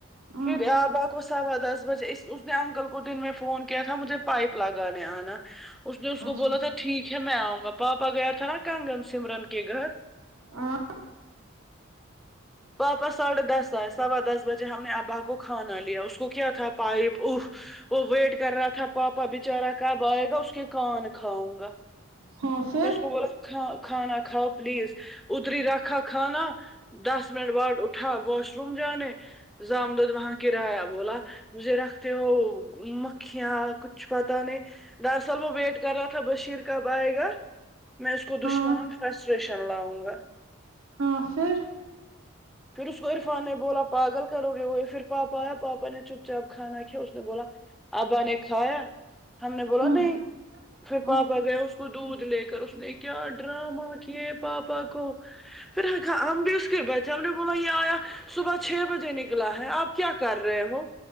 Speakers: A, on the right; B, in the centre.
A: ہوں
B: پھر یابا کو سوا دس بجے اس نے انکل کو دن میں فون کیا تھا مجھے پائپ لگانے آنا اس نے اس
A: اچھا
B: کو بولا تھا ٹھیک ہے میں آؤں گا پاپا گیا تھا کانگن سمرن کے گھر
A: ہاں
B: واپس دس آئے سوا دس بجے ہم نے ابا کو کھانا لیا اس کو کیا تھا پائپ اف وہ ویٹ کر رہا تھا پاپا بچارہ کب آئے گا اس کے کان کھاؤں گا
A: ہاں پھر
B: ب ک کھانا کھاؤ پلیز ادری رکھا کھانا دس منٹ بعد اٹھا واش روم جانے زامدد وہاں کرایہ بولا مجھے رکھتے ہو مکھیاں کچھ پتا نہیں دراصل وہ ویٹ کر رہا تھا بشیر کب آئے گا میں اس کو
A: ہاں
B: دشمن ہ فرسٹریشن تلاوں گا
A: ہاں پھر
B: پھر اس کو عرفان نے بولا پاگل کرو گے وہ پھر پاپا آیا پاپا نے چپ چاپ کھانا کیا اس نے بولا ابا نے کھایا ہم نے بولا
A: ہوں
B: نہیں پھر
A: ہوں
B: پاپ گیا اس کو دودھ لے کر اس نے کیا ڈرامہ کیے پاپا کو پھر ہم نے کہا ہم بھی اسکے بیس بولا یہ آیا صبح چھ بجے نکلا ہے آپ کیا کر رہے ہو